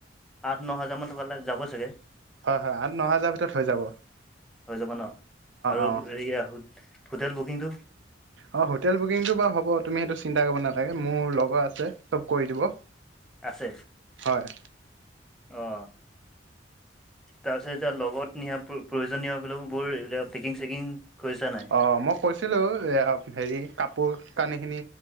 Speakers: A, in the centre; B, on the right.
A: আঠ ন হাজাৰ মান টকালে যাব চাগে?
B: হয় হয় আঠ ন হাজাৰ ভিতৰত হৈ যাব।
A: হৈ যাব ন? আৰু
B: অ'
A: এয়া হো হোটেল বুকিংটো?
B: অ হোটেল বুকিংটো বাৰু হ'ব তুমি সেইটো চিন্তা কৰিব নালাগে মোৰ লগ লগ আছে চব কৰি দিব,
A: আছে
B: হয়।
A: অ। তাৰপিছত এতিয়া লগত নিয়া প্ৰ প্ৰয়োজনীয় বোলো বোৰ এইবিলাক পেকিং চেকিং কৰিছা নাই?
B: অঁ মই কৈছিলোঁ এয়া হেৰী কাপোৰ কানিখিনি